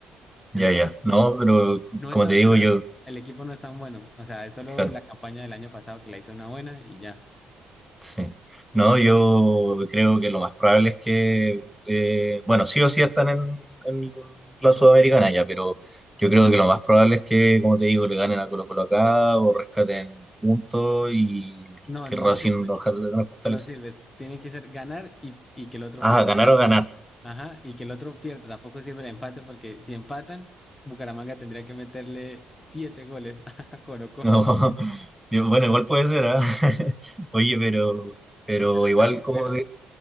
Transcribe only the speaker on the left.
Entonces,
no
es tan
buena.
El equipo no es tan bueno. O sea, es solo
la campaña del año pasado que la hizo una buena y ya.
No,
no
sirve.
No sirve. Tiene que ser ganar y, y que el otro
pierda.
Ajá, y que el otro pierda. Tampoco sirve el empate porque si empatan, Bucaramanga tendría que meterle siete goles <laughs> a Colo Colo.
Pero está
complejo.